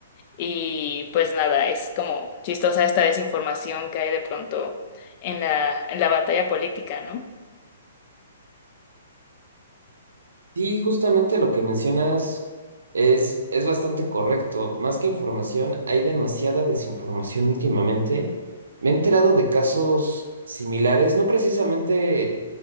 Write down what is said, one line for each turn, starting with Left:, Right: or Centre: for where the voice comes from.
Left: Y pues nada, es como chistosa esta desinformación que hay de pronto en la, en la batalla política, ¿no?
Right: Sí, justamente lo que mencionas es, es bastante correcto. Más que información, hay demasiada desinformación últimamente. Me he enterado de casos similares, no precisamente